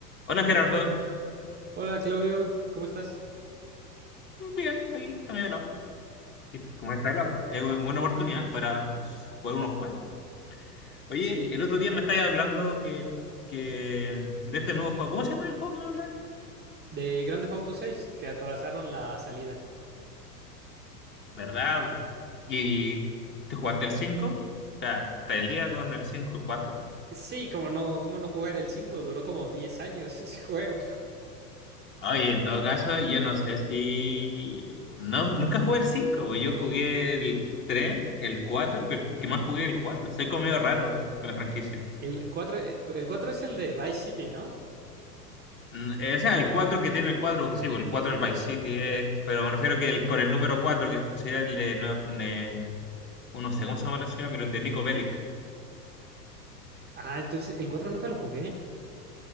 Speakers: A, on the left (about 25°); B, on the right (about 20°).
A: Hola Gerardo,
B: Hola Claudio, ¿cómo estás?
A: bien, aquí también hablado. Y Como está hablado, es una buena oportunidad para jugar unos juegos. Oye,
B: Sí,
A: el otro día me estabas hablando que, que de este nuevo juego. ¿Cómo se llama el juego que me hablas?
B: de Grand Theft Auto 6 que atrasaron la salida.
A: ¿Verdad? ¿Y te jugaste el cinco, O sea, ¿está el día con el 5 el cuatro.
B: Sí, como no, cómo no jugar el 5 duró como 10 años <laughs> ese juego.
A: Oye, en todo caso, yo no sé si... No, nunca jugué el 5, yo jugué el 3, el 4, pero el que más jugué el 4. Soy como medio raro con la franquicia.
B: El cuatro, eh, el 4 es el de Vice City, ¿no?
A: Mm, eh, O sea, el 4 que tiene el 4, que sí, bueno, el 4 del Vice City es, pero me refiero que el, con el número 4 que sería el de, Nue- ne- oh, no sé cómo se llama la ciudad, pero el de Nico Bellic.
B: Ah, entonces el 4 nunca lo jugué.